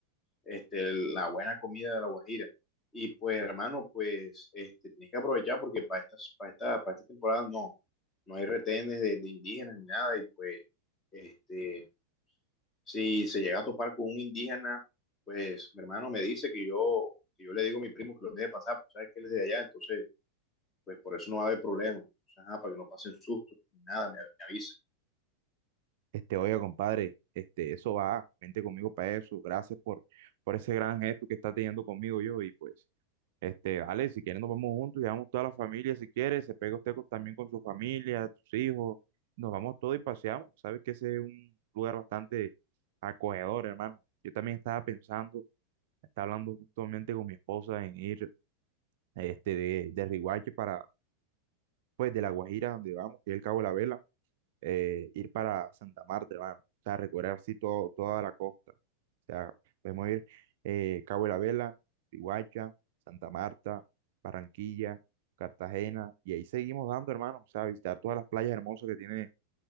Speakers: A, on the left; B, on the right.
A: este, la buena comida de la Guajira. Y pues, hermano, pues, este, tienes que aprovechar porque para estas, para esta, para esta temporada no, no hay retenes de, de indígenas ni nada. Y pues, este, si se llega a topar con un indígena, pues, mi hermano me dice que yo, que yo le digo a mi primo que los deje pasar, porque sabes que él es de allá, entonces, pues, por eso no va a haber problema. Entonces, ajá, para que no pasen sustos ni nada, me, me avisa.
B: Este, oiga, compadre, este, eso va, vente conmigo para eso. Gracias por, por ese gran gesto que está teniendo conmigo yo. Y pues, este, vale, si quieren nos vamos juntos, llevamos toda la familia, si quiere, se pega usted con- también con su familia, tus hijos, nos vamos todos y paseamos. Sabes que ese es un lugar bastante acogedor, hermano. Yo también estaba pensando, estaba hablando justamente con mi esposa en ir, este, de, de Riguache para, pues, de La Guajira, donde vamos, que es el Cabo de la Vela eh, ir para Santa Marta, hermano. O sea, recorrer así todo, toda la costa. O sea, podemos ir eh, Cabo de la Vela, Riohacha, Santa Marta, Barranquilla, Cartagena, y ahí seguimos dando, hermano. O sea, visitar todas las playas hermosas que tiene